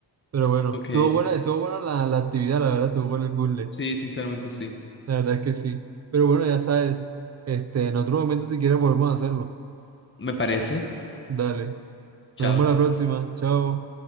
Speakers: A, on the right; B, on the left.
A: Pero bueno,
B: Ok,
A: estuvo buena, estuvo buena la, la actividad, la verdad, estuvo bueno el puzzle.
B: sí, sinceramente sí.
A: La verdad es que sí. Pero bueno, ya sabes, este, en otro momento si quieres volvemos a hacerlo.
B: Me parece.
A: Dale.
B: Chao.
A: Nos vemos la próxima. Chao.